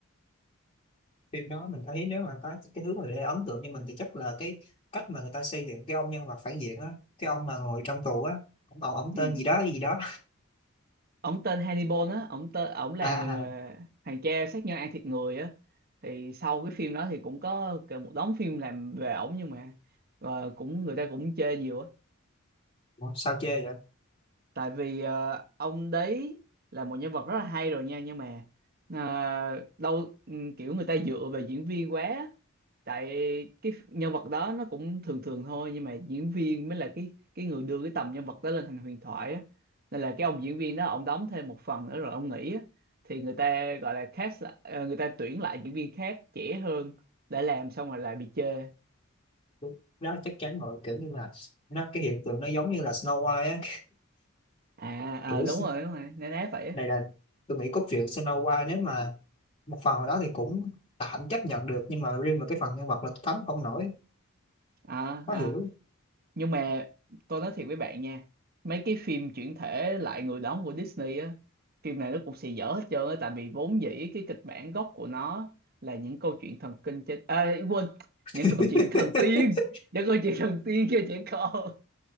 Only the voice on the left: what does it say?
phim đó mình thấy nếu mà có cái thứ mà để ấn tượng như mình thì chắc là cái cách mà người ta xây dựng cái ông nhân vật phản diện á cái ông mà ngồi trong tù á ông, ông
tên gì đó gì đó
à
à, à.
ủa, sao chê vậy
Đúng. đó chắc chắn rồi kiểu như là nó cái hiện tượng nó giống như là Snow White á
<laughs> kiểu
s-
này là tôi nghĩ cốt truyện Snow White nếu mà một phần nào đó thì cũng tạm chấp nhận được nhưng mà riêng mà cái phần nhân vật là tôi thấm không nổi
khó
hiểu
<laughs>